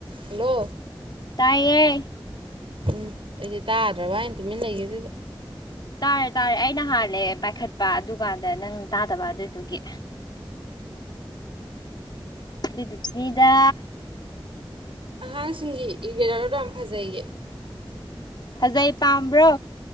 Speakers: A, on the right (about 80°); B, on the left (about 50°).
A: Hello
B: ꯇꯌꯦ
A: ꯎꯝ ꯑꯩꯗꯤ ꯇꯥꯗ꯭ꯔꯕ ꯍꯥꯏꯅ ꯇꯨꯃꯤꯟꯅꯒꯦ ꯑꯗꯨꯗ
B: ꯇꯥꯔꯦ ꯇꯥꯔꯦ ꯑꯩꯅ ꯍꯥꯜꯂꯦ ꯄꯥꯏꯈꯠꯄ ꯑꯗꯨꯀꯥꯟꯗ ꯅꯪ ꯇꯥꯗꯕ ꯑꯗꯨꯗꯨꯒꯤ ꯑꯗꯨꯗꯨꯅꯤꯗ
A: ꯑꯉꯥꯡꯁꯤꯡꯒꯤ ꯏꯒꯦꯔꯥꯗꯣ ꯌꯥꯝ ꯐꯖꯩꯌꯦ
B: ꯐꯖꯩ ꯄꯥꯝꯕ꯭ꯔꯣ